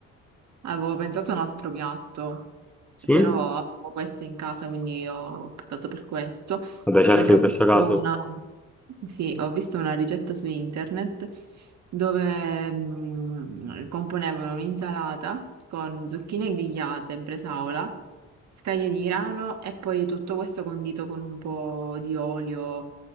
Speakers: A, on the right; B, in the centre.
A: Avevo pensato a un altro piatto,
B: Sì?
A: però avevo questo in casa, quindi ho optato per questo,
B: Vabbè, certo,
A: perché
B: in
A: ho
B: questo
A: visto
B: caso...
A: una, sì, ho visto una ricetta su internet dove mm, componevano un'insalata con zucchine grigliate, bresaola, scaglie di grano e poi tutto questo condito con un po' di olio